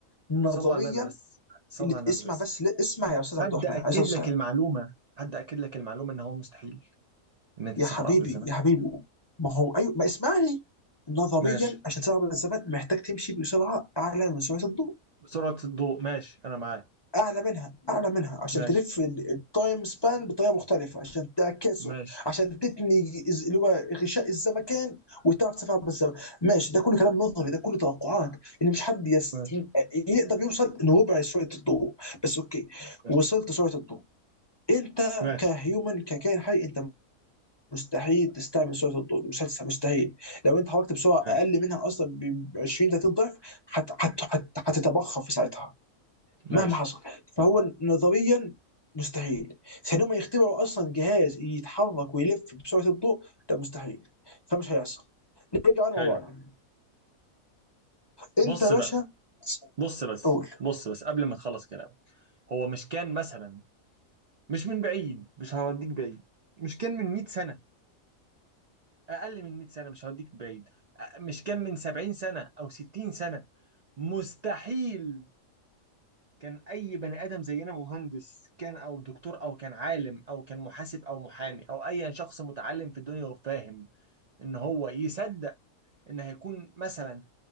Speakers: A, on the left; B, on the right.
A: نظريا
B: صلى على النبي بس صلى
A: اللي ت-
B: على
A: اسمع
B: النبي بس
A: بس لا اسمع يا استاذ عبد
B: حد
A: الرحمن
B: أكد
A: عليه الصلاه والسلام
B: لك المعلومة حد أكد لك المعلومة ان هو مستحيل ان انت
A: يا
B: تسافر
A: حبيبي
B: عبر الزمن
A: يا حبيبي ما هو ايوه ما اسمعني نظريا
B: ماشي
A: عشان تسافر عبر الزمن محتاج تمشي بسرعه اعلى من سرعه الضوء
B: بسرعة الضوء ماشي انا معاك
A: اعلى منها اعلى منها عشان
B: ماشي
A: تلف ال- التايم سبان بطريقه مختلفه عشان تعكسه
B: ماشي
A: عشان تتني إز- اللي هو غشاء الزمكان وتعرف تسافر عبر الزمن ماشي ده كله كلام نظري ده كله توقعات ان مش حد يست...
B: ماشي
A: يقدر يوصل لربع سرعه الضوء بس اوكي
B: ماشي
A: وصلت سرعه الضوء انت
B: ماشي
A: كهيومن ككائن حي انت مستحيل تستعمل سرعه الضوء مش هتستع- مستحيل لو انت حركت بسرعه
B: ماشي
A: اقل منها اصلا ب 20 30 ضعف هت- هت- هت- هتتبخر في ساعتها
B: ماشي
A: مهما حصل فهو نظريا مستحيل ثانيا ما يخترعوا اصلا جهاز يتحرك ويلف بسرعه الضوء ده مستحيل فمش هيحصل نرجع على
B: حلو
A: موضوعنا انت
B: بص
A: يا باشا
B: بقى بص بس
A: قول
B: بص بس قبل ما تخلص كلام هو مش كان مثلا مش من بعيد مش هوديك بعيد مش كان من 100 سنة أقل من 100 سنة مش هوديك بعيد أ- مش كان من 70 سنة أو 60 سنة مستحيل كان أي بني آدم زينا مهندس كان أو دكتور أو كان عالم أو كان محاسب أو محامي أو أي شخص متعلم في الدنيا وفاهم إن هو يصدق ان هيكون مثلا